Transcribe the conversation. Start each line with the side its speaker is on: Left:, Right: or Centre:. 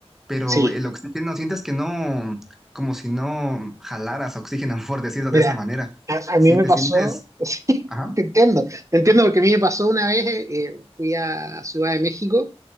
Centre: pero
Right: Sí.
Centre: el oxígeno sientes que no, mm, como si no mm, jalaras oxígeno, <laughs> por decirlo
Right: Mira,
Centre: de esta manera,
Right: a, a mí
Centre: sí
Right: me
Centre: te
Right: pasó,
Centre: sientes,
Right: <laughs> sí,
Centre: ajá,
Right: te entiendo, te entiendo porque a mí me pasó una vez, eh, eh, fui a Ciudad de México,